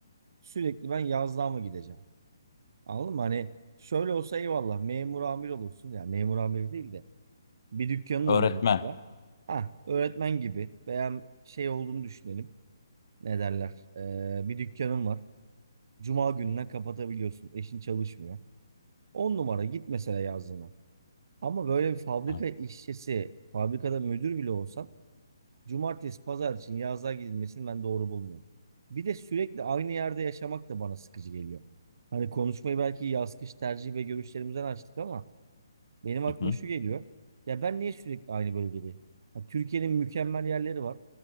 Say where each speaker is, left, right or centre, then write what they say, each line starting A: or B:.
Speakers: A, on the right; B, on the left.
A: Sürekli ben yazlığa mı gideceğim? Anladın mı? Hani şöyle olsa eyvallah memur amir olursun. Yani memur amir değil de bir dükkanın
B: Öğretmen.
A: olur mesela. Ha, öğretmen gibi veya şey olduğunu düşünelim. Ne derler? Ee, bir dükkanın var. Cuma gününden kapatabiliyorsun. Eşin çalışmıyor. 10 numara git mesela yazlığına. Ama böyle bir fabrika
B: Ha,
A: işçisi, fabrikada müdür bile olsan cumartesi, pazar için yazlığa gidilmesini ben doğru bulmuyorum. Bir de sürekli aynı yerde yaşamak da bana sıkıcı geliyor. Hani konuşmayı belki yaz kış tercih ve görüşlerimizden açtık ama benim aklıma
B: hı hı.
A: şu geliyor. Ya ben niye sürekli aynı bölgedeyim? Ya Türkiye'nin mükemmel yerleri var